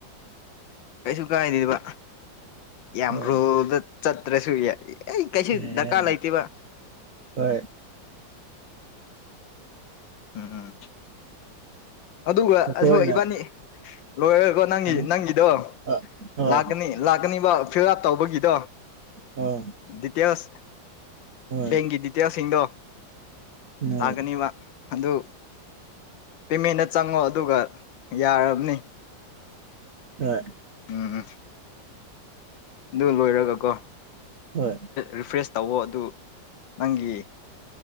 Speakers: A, on the left (about 80°); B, on the right (about 45°).
A: ꯀꯩꯁꯨ ꯀꯥꯏꯗꯦꯕ ꯌꯥꯝ
B: ꯍꯣꯏ
A: ꯔꯣꯜꯗ ꯆꯠꯇ꯭ꯔꯁꯨ ꯌꯥ ꯑꯩ ꯀꯩꯁꯨ
B: ꯑꯦ
A: ꯗꯔꯀꯥꯔ ꯂꯩꯇꯦꯕ
B: ꯍꯣꯏ
A: ꯎꯝ ꯎꯝ ꯑꯗꯨꯒ
B: ꯑꯩꯈꯣꯏꯅ
A: ꯑ ꯏꯕꯥꯅꯤ ꯂꯣꯏꯔꯒꯀꯣ ꯅꯪꯒꯤ
B: ꯑ
A: ꯅꯪꯒꯤꯗꯣ
B: ꯑ ꯑ
A: ꯂꯥꯛꯀꯅꯤ ꯂꯥꯛꯀꯅꯤꯕ ꯐꯤꯜ ꯑꯞ ꯇꯧꯕꯒꯤꯗꯣ
B: ꯑ
A: ꯗꯤꯇꯦꯜꯁ
B: ꯍꯣꯏ
A: ꯅꯪꯒꯤ ꯗꯤꯇꯦꯜꯁꯤꯡꯗꯣ
B: ꯍꯣꯏ
A: ꯂꯥꯛꯀꯅꯤꯕ ꯑꯗꯨ ꯄꯦꯃꯦꯟꯗ ꯆꯪꯉꯣ ꯑꯗꯨꯒ ꯌꯥꯔꯕꯅꯤ
B: ꯍꯣꯏ
A: ꯎꯝ ꯎꯝ ꯑꯗꯨ ꯂꯣꯏꯔꯒꯀꯣ
B: ꯍꯣꯏ
A: ꯔꯤꯐ꯭ꯔꯦꯁ ꯇꯧꯋꯣ ꯑꯗꯨ ꯅꯪꯒꯤ